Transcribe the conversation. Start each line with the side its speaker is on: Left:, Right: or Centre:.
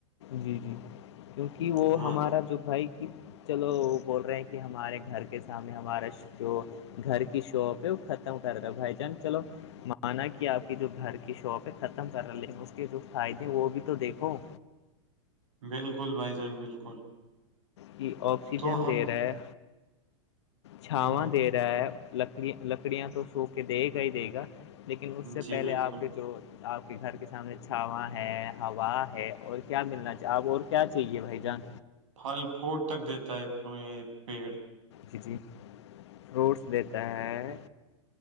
Left: جی -جی کیونکہ وہ
Right: ہاں
Left: ہمارا جو بھائی کی- چلو وہ بول رہے ہیں کہ ہمارے گھر کے سامنے ہمارا جو- گھر کی شاپ ہے وہ ختم کر رہا ہے بھائی جان چلو- مانا کہ آپ کی جو گھر کی شاپ ہے ختم کر رہ ل اس کے جو فائدے وہ بھی تو دیکھو-
Right: بالکل بھائی جان بالکل
Left: کہ آکسیجن
Right: تو ہم
Left: دے رہا ہے چھاواں
Right: ہاں
Left: دے رہا- میں لکڑیاں تو کھو کے دے گا ہی دے گا لیکن اس سے
Right: جی
Left: پہلے
Right: بالکل
Left: اپ کے جو- آپ کے گھر کے سامنے چھاواں ہے ہوا ہے اور کیا ملنا چاہیے آپ اور کیا چاہیے بھائی جان?
Right: پھل فوٹ تک دیتا ہے یہ پیڑ-
Left: جی- جی فروٹس دیتا ہے